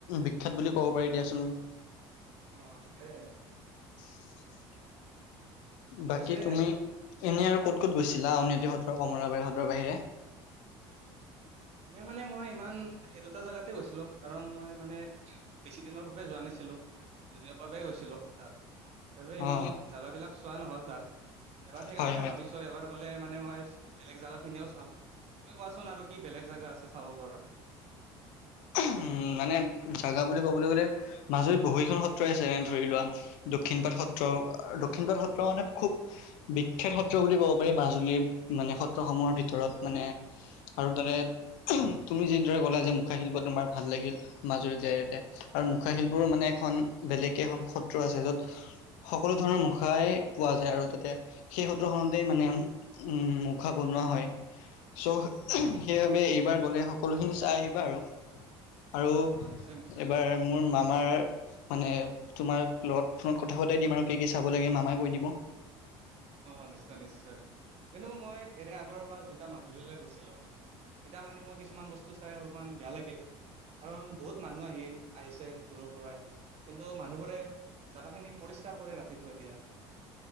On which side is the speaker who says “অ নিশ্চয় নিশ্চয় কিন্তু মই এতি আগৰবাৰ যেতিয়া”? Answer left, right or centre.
Right